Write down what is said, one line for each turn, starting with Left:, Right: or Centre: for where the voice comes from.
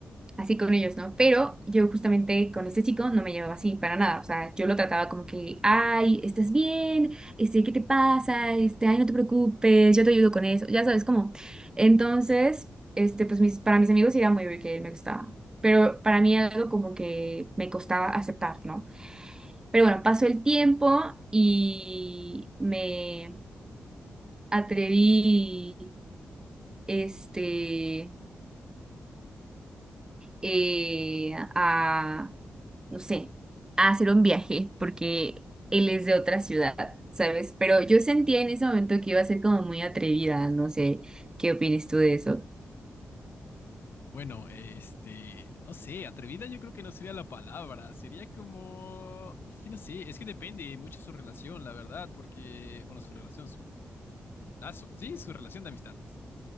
Right: así con ellos, ¿no? Pero yo justamente con este chico no me llevaba así para nada, o sea, yo lo trataba como que, ay, ¿estás bien? Este, ¿qué te pasa? Este, ay, no te preocupes, yo te ayudo con eso, ya sabes cómo. Entonces, este, pues mis, para mis amigos sí era muy obvio que él me gustaba, pero para mí era algo como que me costaba aceptar, ¿no? Pero bueno, pasó el tiempo y me atreví, este... eh, a, no sé, a hacer un viaje, porque él es de otra ciudad, ¿sabes? Pero yo sentía en ese momento que iba a ser como muy atrevida, no sé, ¿qué opinas tú de eso?
Left: Bueno, este, no sé, atrevida yo creo que no sería la palabra, sería como, es que no sé, es que depende mucho su relación, la verdad, porque, bueno, su relación, su, su, su lazo, sí, su relación de amistad, pues,